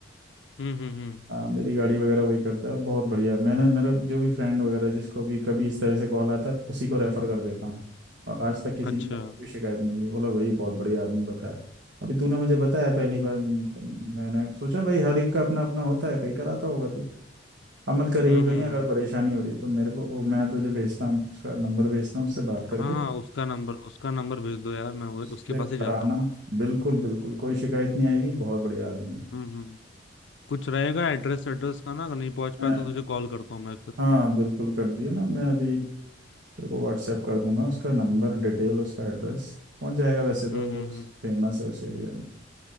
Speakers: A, on the left; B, on the right.
A: हम्म हम्म हम्म,
B: मेरी गाड़ी वगैरह वही करता है और बहुत बढ़िया मैंने मेरा जो भी फ्रेंड वगैरह जिसको भी कभी इस तरह से कॉल आता है तो उसी को रेफर कर देता हूँ और आज तक किसी
A: अच्छा
B: ने कभी
A: हम्म
B: कोई शिकायत नहीं की बोला भाई बहुत बढ़िया आदमी बताया अभी तूने मुझे बताया पहली बार म- मैंने सोचा भाई हर एक का अपना अपना होता है कहीं कराता होगा तू अब मत करियो
A: हम्म
B: कहीं
A: हम्म
B: अगर परेशानी हो रही है तो मेरे को वो मैं तुझे भेजता हूँ उसका नंबर भेजता हूँ उससे बात करके
A: हाँ हाँ, उसका नंबर उसका नंबर भेज दो यार मैं वो-
B: उससे
A: उसके पास ही
B: कराना
A: जाता हूँ
B: बिल्कुल बिल्कुल कोई शिकायत नहीं आएगी बहुत बढ़िया आदमी
A: हम्म हम्म कुछ रहेगा एड्रेस एड्रेस का ना अगर नहीं पहुंच पाया
B: है
A: तो
B: अ,
A: तुझे कॉल करता हूँ मैं फिर
B: हाँ बिल्कुल कर दियो ना मैं अभी तेरे को व्हाट्सएप कर दूंगा उसका नंबर डिटेल उसका एड्रेस पहुंच जाएगा वैसे तो
A: हम्म
B: वो
A: हम्म हम्म
B: फेमस है उस एरिया में